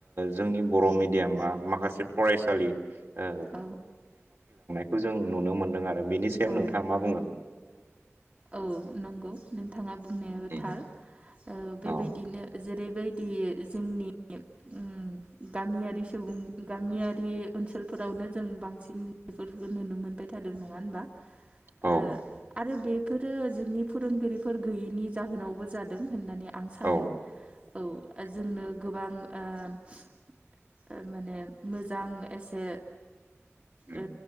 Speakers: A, on the right (about 60°); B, on the right (about 30°).
A: जोंनि बर मिडियामा माखासे फरायसालि ओ
B: औ
A: खौ जों नुनो मोनदों आरो बेनि सायाव
B: औ
A: नोंथाङा मा बुंगोन?
B: औ नंगौ नोंथाङा बुंनायाबो
A: उम
B: थार। ओ
A: औ
B: बेबायदिनो जेरैबायदि जोंनि उम गामियारि सुबुं गामियारि ओनसोलफोरावनो जों बांसिन बेफोरखौ नुनो मोनबाय थादों नङा होनबा।
A: औ
B: ओ आरो बेफोरो जोंनि फोरोंगिरिफोर गैयैनि जाहोनावबो जादों। होननानै आं सानो
A: औ
B: औ ओ जोंनो गोबां ओ माने मोजां एसे
A: उम
B: ओ